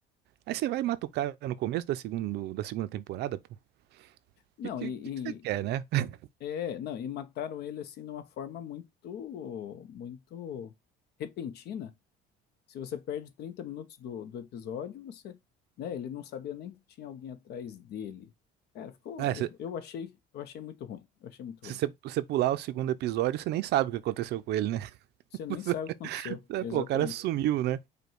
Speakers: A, on the right (about 60°); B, on the left (about 60°).
A: Aí você vai e mata o cara no começo da segunda, da segunda temporada, pô.
B: Não,
A: Que, que,
B: e,
A: que que você
B: e-
A: quer, né? <laughs>
B: é, não, e mataram ele assim de uma forma muito, muito repentina Se você perde 30 minutos do, do episódio, você, né, ele não sabia nem que tinha alguém atrás dele. Cara, ficou,
A: Ah, se,
B: eu, eu achei, eu achei muito ruim, eu achei muito
A: se
B: ruim.
A: você você pular o segundo episódio, você nem sabe o que aconteceu com ele, né? <laughs>
B: Você nem sabe o que aconteceu, exatamente.
A: Pô, o cara sumiu, né?